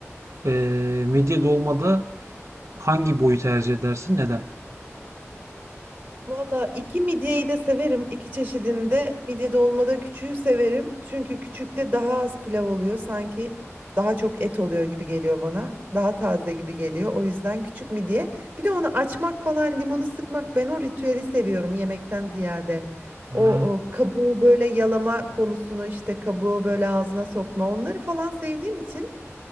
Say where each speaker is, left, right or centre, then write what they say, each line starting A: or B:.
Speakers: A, on the right; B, on the right.
A: eee, midye dolmada hangi boyu tercih edersin? Neden?
B: Valla iki midyeyi de severim. İki çeşidinde. Midye dolmada küçüğü severim. Çünkü küçükte daha az pilav oluyor. Sanki daha çok et oluyor gibi geliyor bana. Daha taze gibi geliyor. O yüzden küçük midye. Bir de onu açmak falan limonu sıkmak ben o ritüeli seviyorum yemekten ziyade.
A: Ha.
B: O, o kabuğu böyle yalama konusunu işte kabuğu böyle ağzına sokma onları falan sevdiğim için.